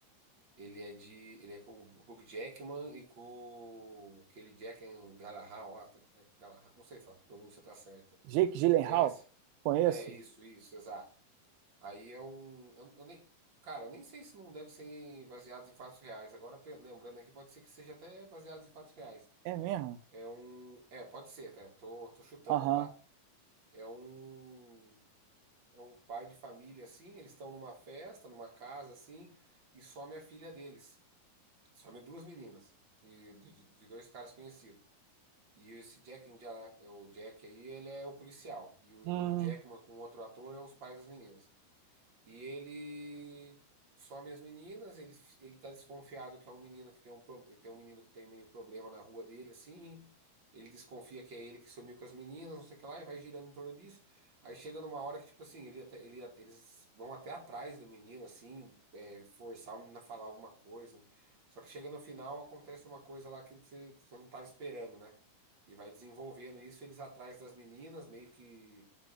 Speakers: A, on the right; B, on the right.
A: ele é de. Ele é com o Hugh Jackman e com aquele Jack and Galahad, lá, tá- é, Galahad, não sei se a pronúncia tá certa.
B: Jake Gyllenhaal?
A: Você conhece?
B: Conheço?
A: É isso, isso, exato. Aí é um. Eu, eu nem, cara, eu nem sei se não deve ser baseado em fatos reais. Agora, pe- lembrando aqui, pode ser que seja até baseado em fatos reais.
B: É mesmo?
A: É um. É, pode ser, tá? Tô, tô chutando,
B: Aham.
A: tá? É um. É um pai de família, assim. Eles estão numa festa, numa casa, assim. E some a filha deles. Some duas meninas. De, de, de dois caras conhecidos. E esse Jack, and Jill- o Jack aí, ele é o policial. E o Hugh
B: Hum.
A: Jackman com outro ator é os pais das meninas. E ele some as meninas, ele, ele tá desconfiado que é um menino que tem um, pro- tem um menino que tem meio problema na rua dele, assim. Ele desconfia que é ele que sumiu com as meninas, não sei o que lá, e vai girando em torno disso. Aí chega numa hora que, tipo assim, ele, até- ele- eles vão até atrás do menino, assim, é, forçar o menino a falar alguma coisa. Só que chega no final, acontece uma coisa lá que você, você não tava esperando, né? E vai desenvolvendo isso, eles atrás das meninas, meio que